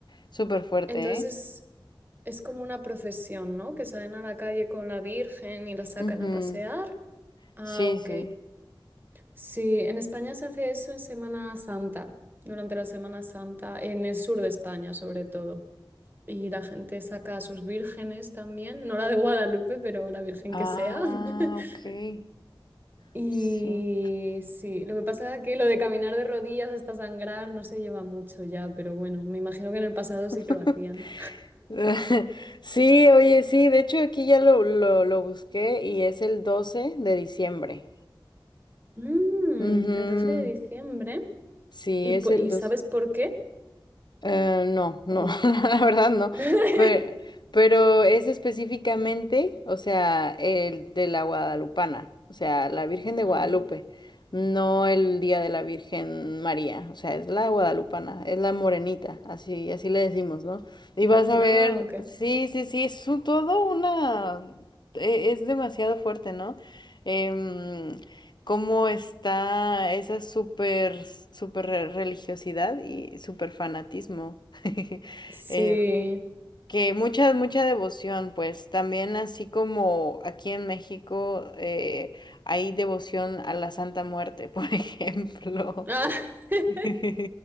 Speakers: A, on the left; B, on the right.
A: súper fuerte,
B: entonces
A: ¿eh?
B: es como una procesión, ¿no? Que salen a la calle con la Virgen y la sacan
A: Ujú.
B: a pasear. Ah,
A: Sí,
B: ok.
A: sí.
B: Sí, en España se hace eso en Semana Santa, durante la Semana Santa, en el sur de España sobre todo. y la gente saca a sus vírgenes también, no la de Guadalupe, pero la virgen
A: Ah,
B: que sea. <laughs>
A: ok.
B: Y
A: Sí.
B: sí, lo que pasa es que lo de caminar de rodillas hasta sangrar no se lleva mucho ya, pero bueno, me imagino que en el pasado sí
A: <laughs>
B: que lo hacían.
A: <laughs> Sí, oye, sí, de hecho aquí ya lo, lo, lo busqué y es el 12 de diciembre.
B: Mm,
A: Ujú,
B: el 12 de diciembre.
A: Sí,
B: ¿Y,
A: es
B: po-
A: el
B: y
A: 12.
B: sabes por qué?
A: Eh, no, no,
B: ¿O no?
A: <laughs> la verdad no.
B: <laughs>
A: Pero, pero es específicamente, o sea, el de la Guadalupana, o sea, la Virgen de
B: Ujú.
A: Guadalupe, no el Día de la Virgen María, o sea, es la Guadalupana, es la morenita, así, así le decimos, ¿no? Y vas a
B: Ah,
A: ver,
B: ok.
A: sí, sí, sí, es un- todo una, e- es demasiado fuerte, ¿no? Em, cómo está esa super, super religiosidad y super fanatismo. <laughs>
B: Sí.
A: Eh, que mucha, mucha devoción, pues también así como aquí en México eh, hay devoción a la Santa Muerte, por <laughs> ejemplo.
B: Ah, <laughs>
A: <laughs>